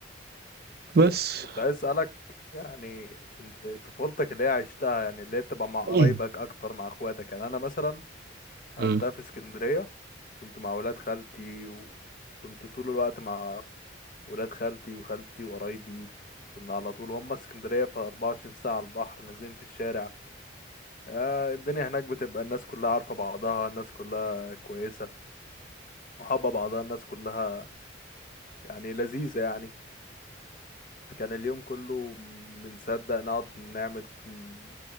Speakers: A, on the right (about 50°); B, on the left (about 45°).
A: بس
B: كنت عايز اسالك يعني كنت طفولتك اللي هي عشتها يعني اللي هي تبقى مع
A: <clears throat>
B: قرايبك اكتر مع اخواتك يعني انا مثلا لعبتها
A: امم
B: في اسكندريه كنت مع ولاد خالتي وكنت طول الوقت مع ولاد خالتي وخالتي وقرايبي كنا على طول هم اسكندرية في 24 ساعة على البحر نازلين في الشارع آه الدنيا هناك بتبقى الناس كلها عارفة بعضها الناس كلها كويسة وحابة بعضها الناس كلها يعني لذيذة يعني كان اليوم كله بنصدق نقعد نعمل ال-